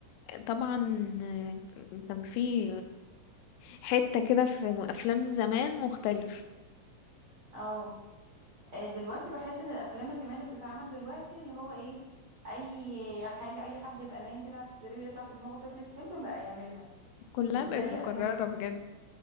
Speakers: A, on the left; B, on the right.
A: طبعا كان في حتة كده في افلام زمان مختلف
B: اه آه، دلوقتي بحس ان الافلام الكمان اللي بتتعمل دلوقتي اللي هو ايه اي حاجه اي حد يبقى نايم كده على السرير يطلع في دماغه فكره فيلم بقى يعملها
A: كلها
B: مش زي
A: بقت مكررة
B: افلام زمان.
A: بجد